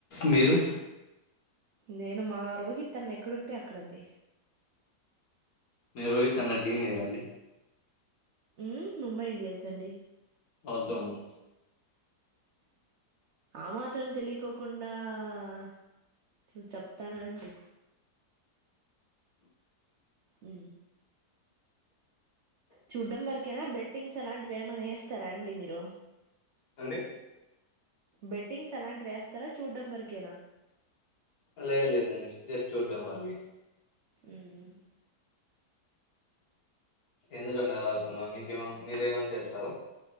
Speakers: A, on the left; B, on the right.
A: మీరు
B: నేను మా రోహిత్ అన్న ఎక్కడుంటే అక్కడండి
A: మీరు రోహిత్ అన్న టీమ్ ఏదండి
B: ఉ ముంబై ఇండియన్స్ అండి
A: ఓకే అండి
B: ఆ మాత్రం తెలికోకు కుడా ఆ చూ చెప్తారా అండి ఉమ్ చూడ్డం వరకేనా బెట్టింగ్స్ అలాంటివి ఏమనా వేస్తారా అండి మీరు
A: అండి
B: బెట్టింగ్స్ అలాంటి వేస్తారా చూడ్డం వరకేనా
A: లేదు లేదండి జస్ట్ చూడటం వరకే
B: ఉమ్మ్
A: ఎందుకండీ అలా అడుగుతున్నారు మీకు మీరు ఏమైనా చేస్తారా